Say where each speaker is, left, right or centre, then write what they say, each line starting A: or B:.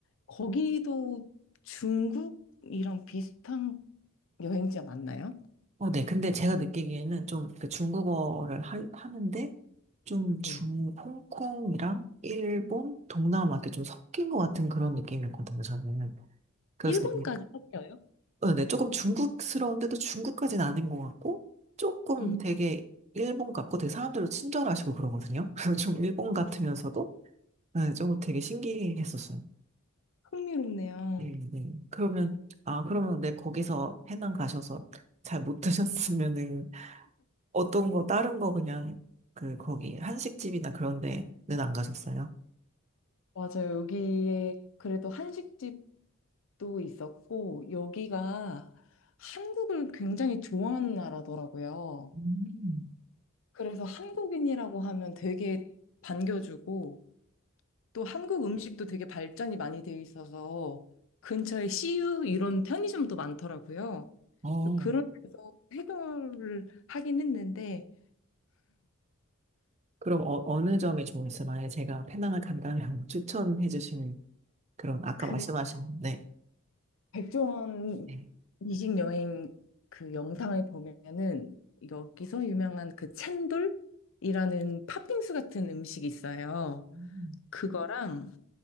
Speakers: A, on the left (about 65°); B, on the right (about 30°).
A: 거기도 중국이랑 비슷한 여행지가 맞나요?
B: 어, 네. 근데 제가 느끼기에는 좀 그 중국어를 하, 하는데 좀 중,
A: 네.
B: 홍콩이랑 일본, 동남아 이렇게 좀 섞인 것 같은 그런 느낌이었거든요, 저는. 그래서
A: 일본까지
B: 되게
A: 섞여요
B: 어, 네, 조금 중국스러운데도 중국까지는 아닌 것 같고, 조금
A: 음.
B: 되게 일본 같고, 되게 사람들도 친절하시고 그러거든요. <laughs> 그래서 좀 일본 같으면서도, 네, 좀 되게 신기했었어요.
A: 흥미롭네요.
B: 음, 네. 네. 그러면, 아, 그러면 네, 거기서 페낭 가셔서 잘 못 드셨으면은, 어떤 거, 다른 거 그냥, 그, 거기, 한식집이나 그런 데는 안 가셨어요?
A: 맞아요. 여기에 그래도 한식집도 있었고 여기가 한국을 굉장히 좋아하는 나라더라고요.
B: 음,
A: 그래서 한국인이라고 하면 되게 반겨주고 또 한국 음식도 되게 발전이 많이 되어 있어서 근처에 CU 이런 편의점도 많더라고요.
B: 어,
A: 그래서 그런 데서 해결을 하긴 했는데
B: 그럼 어, 어느 점이 좋으세요? 만약에 제가 페낭을 간다면 <laughs> 추천해 주시는 그런, 아까
A: 그
B: 말씀하신, 네.
A: 백종원
B: 네.
A: 이식 여행 그 영상을 보면은 여기서 유명한 그 챈돌이라는 팥빙수 같은 음식이 있어요.
B: 음,
A: 그거랑